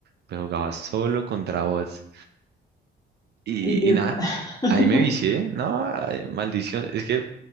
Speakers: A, on the right; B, on the left.
A: pero jugaba solo contra bots. Y,
B: ¿y qué
A: y nada,
B: tal?
A: ahí me vicié, ¿no? ay, maldición, es que